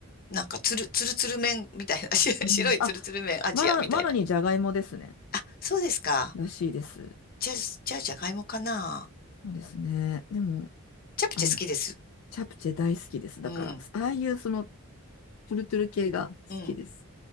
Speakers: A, on the left; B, on the left.
A: なんかつる、つるつる麺みたいな、<laughs> 白白いつるつる麺、
B: うん。あ、
A: アジアみたいな。
B: マロ、マロニーじゃがいもですね。
A: あ、そうですか。
B: らしいです。
A: じゃあ、じゃあ、じゃがいもかな。
B: そうですね。でも、
A: チャプチェ好きです。
B: あ、チャプチェ大好きです。だから、
A: うん、
B: ああいうその、トゥルトゥル系が好きです。
A: うん。